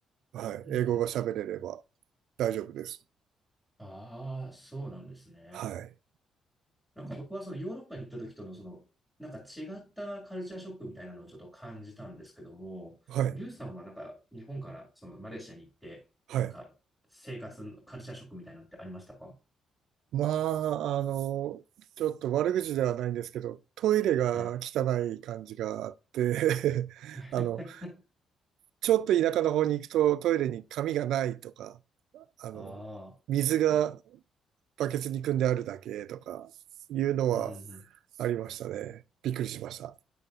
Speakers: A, on the right (about 80°); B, in the centre.
A: はい。
B: うんうんうん
A: 英語が喋れれば大丈夫です。
B: ああ、そうなんですね。
A: はい。
B: なんか僕はそのヨーロッパに行った時とのその、なんか違ったカルチャーショックみたいなのをちょっと感じたんですけども、
A: はい。
B: リュウさんはなんか日本からそのマレーシアに行って、
A: はい。
B: なんか生活、カルチャーショックみたいなのってありましたか
A: まあ、あの、ちょっと悪口ではないんですけど、トイレが汚い感じがあって
B: はい。
A: <laughs>
B: <laughs>
A: あの、ちょっと田舎の方に行くとトイレに紙がないとか、あの、
B: ああ、
A: 水がバケツに組んであるだけとか、いうのは
B: うん。
A: ありましたね。びっくりしました。